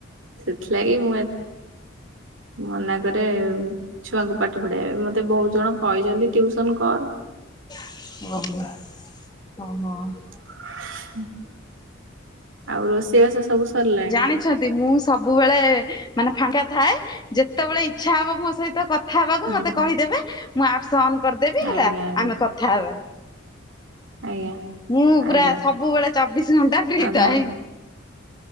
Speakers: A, on the right (about 75°); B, on the left (about 20°).
A: ସେଥିଲାଗି ମୁଁ ମନା କରେ। ଛୁଆଙ୍କୁ ପାଠ ମତେ ବହୁତ୍ ଜଣ କହିଚନ୍ତି ଟିଉସନ୍ କର୍।
B: <inaudible>
A: <inaudible> ଆଉ ରୋଷେଇ ବାସ ସବୁ ସରିଲାଣି
B: <inaudible> ମୁଁ ସବୁବେଳେ ମାନେ ଫାଙ୍କା ଥାଏ। ଯେତବଳେ ଇଚ୍ଛା ହବ ସହିତ କଥା ହେବାକୁ
A: ହୁଁ
B: ମତେ କହିଦେବେ, ମୁଁ ଆପ୍ସ୍‌ ଅନ୍ କର୍ ଦେବି
A: ଆଜ୍ଞା
B: ହେଲା
A: ଆଜ୍ଞା
B: ଆମେ କଥା ହେବା।
A: ଆଜ୍ଞା।
B: ମୁଁ ପୁରା
A: ଆଜ୍ଞା
B: ସବୁବେଳେ ଚବିଶି ଘଣ୍ଟା ଫ୍ରି
A: ଆଉ ଧ
B: ଥାଏ।